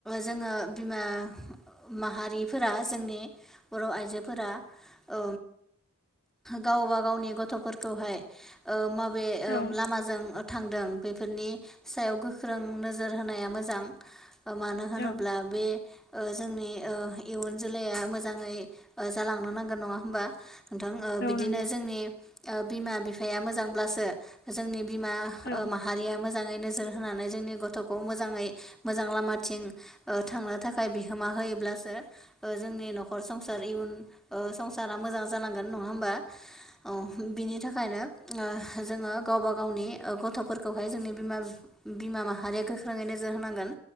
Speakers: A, in the centre; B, on the left.
A: जोङो बिमा माहारिफोरा जोंनि बर' आइजोफोरा अ गावबा गावनि गथ'फोरखौहाय ओ माबे
B: औ
A: लामाजों थांदों बेफोरनि सायाव गोख्रों नोजोर होनाया मोजां मानो होनोब्ला
B: औ
A: बे ओ जोंनि ओ इयुन जोलैया मोजाङै जालांनो नांगोन नङा होमबा? नोंथां ओ बिदिनो
B: औ नंगौ
A: जोंनि ओ बिमा बिफाया मोजांब्लासो जोंनि बिमा
B: औ
A: ओ माहारिया मोजाङैनो जोर होनानै जोंनि गथ'खौ मोजाङै मोजां लामाथिं ओ थांनो थाख फाय बिहोमा होयोब्लासो ओ जोंनि नखर संसार इयुन ओ संसारा मोजां जालांगोन नङा होमबा? औ बिनि थाखायनो जोङो गावबा गावनि गथ'फोरखौहाय जोंनि बिमाम बिमा माहारिया गोख्रोङैनो जाहोनांगोन